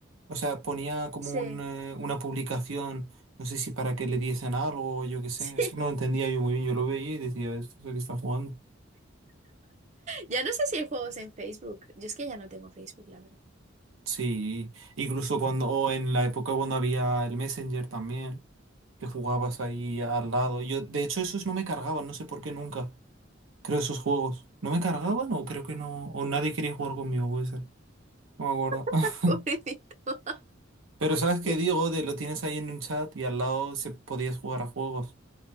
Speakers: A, on the right; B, on the right.
A: o sea, ponía como
B: Sí.
A: un, eh,
B: <laughs>
A: una publicación, no sé si para que le diesen algo o yo qué sé.
B: Sí.
A: Es que no lo entendía yo muy bien. Yo lo veía y decía, esto es lo que están jugando.
B: Ya no sé si hay juegos en Facebook. Yo es que ya no tengo Facebook, la verdad.
A: Sí, incluso cuando, o en la época cuando había el Messenger también. que jugabas ahí al lado. Yo, de hecho, esos no me cargaban, no sé por qué nunca. Creo esos juegos. ¿No me cargaban o creo que no? O nadie quería jugar conmigo, puede ser. No me acuerdo. <laughs>
B: <laughs> Pobrecito.
A: Pero sabes que
B: Yo-
A: Diego, de lo tienes ahí en un chat y al lado se podías jugar a juegos.